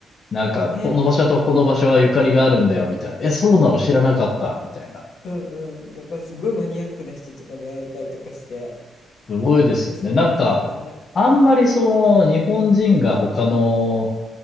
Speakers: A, on the left (about 45°); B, on the left (about 70°).
A: なんか、
B: うん。ね。
A: この場所とこの場所はゆかりがあるんだよ、みたいな。え、そうなの知らなかった、みたいな。
B: うんうん。なんかすごいマニアックな人とかね、いたりとかして、
A: すごいですよね。
B: うん面白いですよね。
A: なんか、あんまりその、日本人が他の